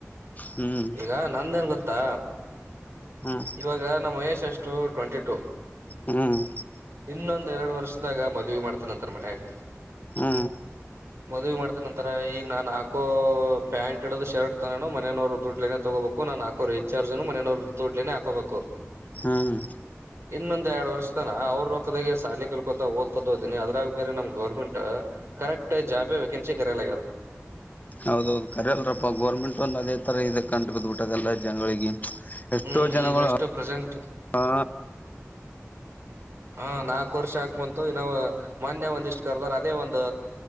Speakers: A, on the left; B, on the right.
A: ಹ್ಮ್
B: ಈಗ ನಂದೇನ್ ಗೊತ್ತಾ
A: ಹ್ಮ್
B: ಇವಾಗ ನಮ್ಮ ಮಹೇಶ್ ಅಷ್ಟ ಟು ಟ್ವೆಂಟಿ ಟು
A: ಹ್ಮ್
B: ಇನ್ನೊಂದೆರಡು ವರ್ಷದಾಗ ಮದ್ವಿ ಮಾಡ್ತನಂತ ಮನ್ಯಾಗ
A: ಹ್ಮ
B: ಮಾಡತಿದ ನಂತರ ಈಗ ನಾನ್ ಹಾಕೋ ಪ್ಯಾಂಟ್ ಇಡದ ಶರ್ಟ್ ತಗೋನು ಮನೆಯನವರು ದುಡ್ಲೇನೆ ತಗೋಬೇಕು ನಾನು ಹಾಕೋರಿ. ರಿಚಾರ್ಜ್ನು ಮನೆಯವ್ರ ದುಡ್ಲೇ ಹಾಕೋಬೇಕು
A: ಹ್ಮ್
B: ಇನ್ನೊಂದ್ ಎರಡು ವರ್ಷ ತನ ಅವ್ರ ರೊಕ್ಕದ ಸಾಲಿ ಕಲ್ಕೊತ ಓದಕೊತ ಹೋತೀನಿ ಅದ್ರಾಗ ಬೇರೆ ನಮ್ ಗೌರ್ಮೆಂಟ್ ಕರೆಕ್ಟ್ ಜಾಬೆ ವೆಕೆನ್ಸಿ ಕರೆಲಗ
A: ಹೌದೌದು ಕರಿ ಅಲ್ರಪ್ಪಾ ಗೌರ್ಮೆಂಟ್ ಒಂದ ಅದೇ ತರ ಇದ ಕಂಟ ಬದ್ಬಿಟ್ಟದಲ್ಲಾ ಜನಗಳಿಗೆ ಎಷ್ಟೋ
B: ಹ್ಮ್
A: ಜನಗಳು
B: ಈಗ ಎಷ್ಟು ಪ್ರೆಸೆಂಟ್
A: ಆ
B: ಹಾ ನಾಕು ವರ್ಷ ಆಕ್ಬಂತು ಇ ನಾವ್ ಮಾನ್ಯ ಒಂದಿಷ್ಟ್ ಕರ್ದರ್ ಅದೇ ಒಂದು